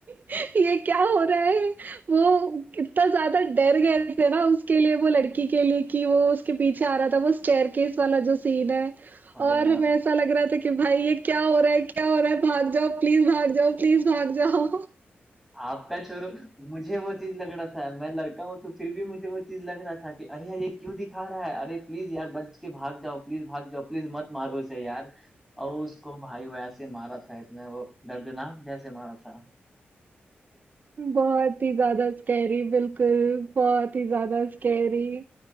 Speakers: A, on the right (about 45°); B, in the centre.
A: <laughs> ये क्या हो रहा है वो कितना ज्यादा डर गए थे ना उसके लिए वो लड़की के लिए कि वो उसके पीछे आ रहा था वो स्टेयरकेस वाला जो सीन है
B: अरे
A: और
B: यार
A: मैं ऐसा लग रहा था कि भाई ये क्या हो रहा है क्या हो रहा है भाग जाओ प्लीज भाग जाओ प्लीज भाग जाओ
B: आपका छोरू मुझे वो चीज लग रहा था मैं लड़का हूं तो फिर भी मुझे वो चीज लग रहा था कि अरे यार ये क्यों दिखा रहा है अरे प्लीज यार बच के भाग जाओ प्लीज भाग जाओ प्लीज मत मारो उसे यार और उसको भाई वो ऐसे मारा था इतना वो दर्दनाक जैसे मारा था
A: बहुत ही ज़्यादा स्कैरी बिल्कुल, बहुत ही ज़्यादा स्कैरी।